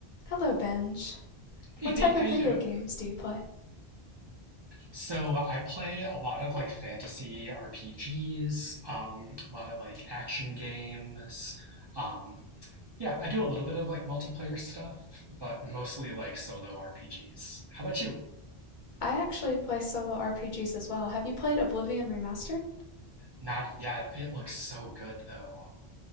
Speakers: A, on the left; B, on the right.
A: Hello, Benj.
B: Hey
A: What
B: Faith,
A: type of
B: how
A: video
B: you doing?
A: games do you play?
B: So I play a lot of like fantasy RPGs, um, a lot of like action games. Um, yeah, I do a little bit of like multiplayer stuff, but mostly like solo RPGs. How about you?
A: I actually play solo RPGs as well. Have you played Oblivion Remastered?
B: Not yet. It looks so good though.